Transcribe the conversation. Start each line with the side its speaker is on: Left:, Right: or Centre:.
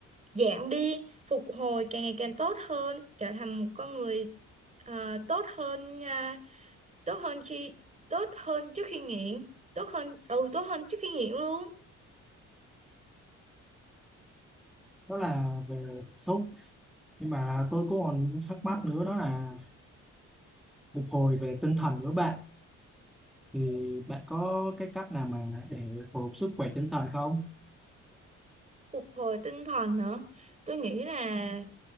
Right: giảm đi phục hồi càng ngày càng tốt hơn trở thành một con người à, tốt hơn ờ, tốt hơn khi tốt hơn trước khi nghiện tốt hơn ừ tốt hơn trước khi nghiện luôn
Centre: đó là về cảm xúc nhưng mà tôi cũng còn thắc mắc nữa đó là phục hồi về tinh thần nữa bạn thì bạn có cái cách nào mà để phục hồi sức khỏe tinh thần không
Right: phục hồi tinh thần hả tôi nghĩ là